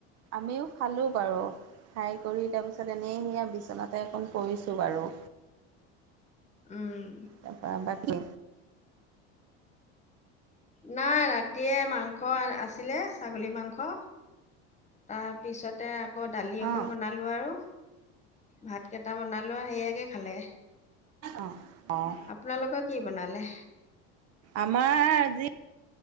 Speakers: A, on the right; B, on the left.
A: আমিও খালোঁ বাৰু ফ্ৰাই কৰি তাৰপিছত এনেই সেয়া বিচনাতে অকণ পৰিছোঁ বাৰু।
B: উম।
A: তা পা বাকী?
B: নাই ৰাতিয়ে মাংস আছিলে ছাগলী মাংস। তাৰপিছতে আকৌ দালি অকণ
A: অঁ
B: বনালোঁ আৰু। ভাত কেইটা বনালো সেয়াকে খালে আ
A: অঁ অঁ
B: আপোনালোক কি বনালে?
A: আমাৰ যি